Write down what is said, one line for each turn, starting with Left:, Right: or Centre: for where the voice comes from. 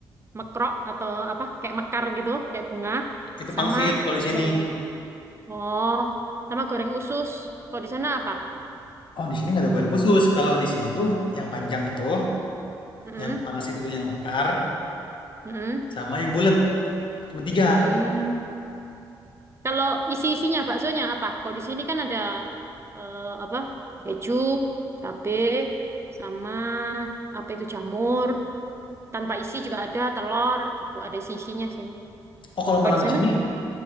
Right: mekrok atau apa kayak mekar gitu, kayak bunga,
Left: Itu
Right: sama
Left: pangsit kalau di sini.
Right: goreng, oh, sama goreng usus. Kalau di sana apa?
Left: Oh di sini nggak ada goreng khusus. Kalau di sini tuh yang panjang itu,
Right: Mm-mm.
Left: yang pangsit itu yang mekar,
Right: Hmm.
Left: sama yang bulat. Cuma tiga.
Right: Hmm. Kalau isi-isinya baksonya apa? Kalau di sini kan ada eh, apa? Keju, cabe, sama apa itu jamur. Tanpa isi juga ada telur gitu. Ada isi-isinya sini.
Left: Oh kalau
Right: Kalau
Left: Malang
Right: di
Left: di
Right: sana?
Left: sini